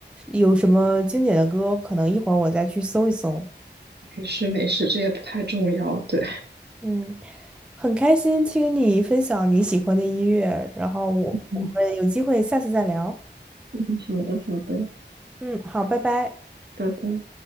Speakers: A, in the centre; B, on the right.
A: 有什么经典的歌，可能一会儿我再去搜一搜。
B: 没事没事，这也不太重要。对，
A: 嗯，很开心听你分享你喜欢的音乐，然后我我们有机会下次再聊。
B: 嗯嗯，好的好的，
A: 嗯，好，拜拜。
B: 拜拜。